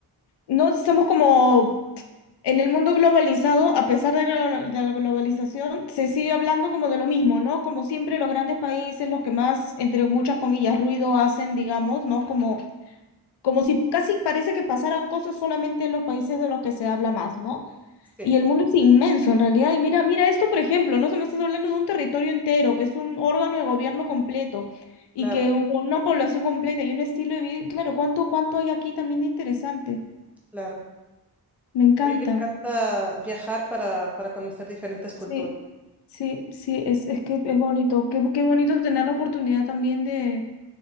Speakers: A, on the left; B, in the centre.
A: no estamos como En el mundo globalizado, a pesar de la, de la globalización, se sigue hablando como de lo mismo, ¿no? Como siempre, los grandes países, los que más, entre muchas comillas, ruido hacen, digamos, ¿no? Como, como si casi parece que pasaran cosas solamente en los países de los que se habla más, ¿no?
B: Sí.
A: Y el mundo es inmenso, en realidad. Y mira, mira esto, por ejemplo, ¿no? Se me estás hablando de un territorio entero, que es un órgano de gobierno completo y
B: Claro,
A: que un- una población completa y un estilo de vida. y Claro, ¿cuánto, cuánto hay aquí también de interesante?
B: claro.
A: Me encanta.
B: A mí me encanta viajar para, para conocer diferentes culturas.
A: Sí, sí, sí, es, es que es bonito. Qué, qué bonito tener la oportunidad también de,